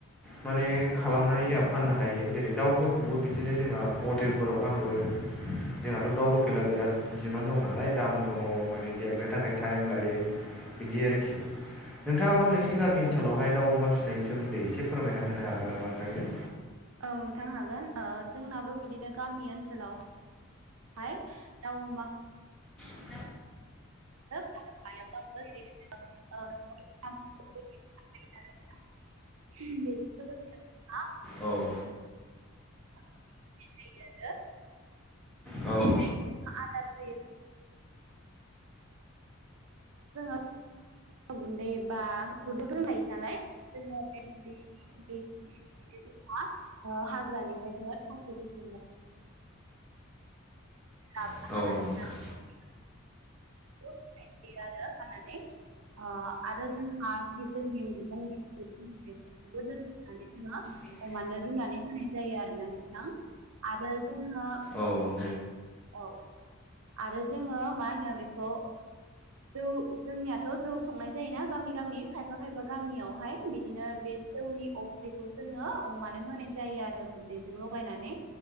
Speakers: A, in the centre; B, on the right.
A: माने खालामनानै जोंहा फाननो हायो जेरै दाउफोरखौबो बिदिनो जोंहा हटेलफोराव फानहरो जोंहाथ' दाउ लकेला
B: औ
A: बिराद दिमानद दं नालाय दाम दङ माने देरनो थाखाय टाइम लायो बिदि आरोखि नोंथाङाबो नोंसिनि गामि ओनसोलावाय दाउ अमा फिसिनायनि सोमोन्दै एसे फोरमायना होनो हागोन नामा नोंथांजों
B: औ नोंथां हागोन जोंनाबो बिदिनो गामि ओनसोलावहाय दाउ अमा
A: अमाखौ
B: फार्म <unintelligible> मा
A: औ-औ
B: <unintelligible> जायो आरो
A: औ-औ
B: आदार होयो <unintelligible> गुन्दै बा गुन्दैथ' होन लायो नालाय जोङो बे <unintelligible> हाग्रानिफ्राय जो <unintelligible>
A: बुथुमो
B: <unintelligible> औ आरो जोंहा बे जोंनि मैगं बेफोरखौबो दोनथ'नानै जोङो
A: बेखौ
B: अमानो रुनानै होनाय जायो आरोना नोंथां आरो जोङो औ।
A: आरो
B: आरो जोङो मा होनो बेखौ जौ जोंनियाथ' जौ संनाय जायोना गामि गामि खायफा खायफा गामियावहाय बिदिनो बे जौनि अफ्रिखौ जोङो अमानो होनाय जायो। आरो गुन्दैजों लगायनानै